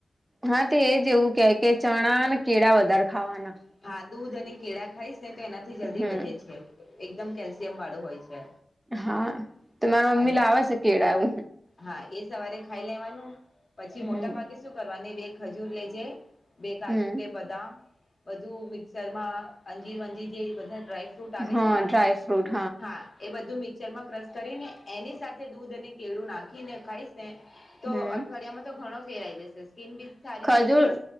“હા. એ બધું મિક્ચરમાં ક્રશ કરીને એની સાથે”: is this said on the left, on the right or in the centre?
Left